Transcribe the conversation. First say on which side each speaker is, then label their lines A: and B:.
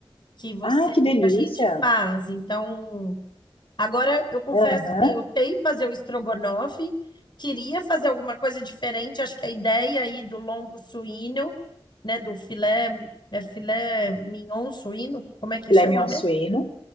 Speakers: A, on the left; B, on the left.
A: que você,
B: Ai, que delícia!
A: que a gente faz. Então, Agora, eu confesso,
B: Aham.
A: assim, eu sei fazer o estrogonofe, queria fazer alguma coisa diferente, acho que a ideia aí do lombo suíno, né, do filé, é filé mignon suíno, como é que
B: Filé
A: chama
B: mignon
A: mesmo?
B: suíno.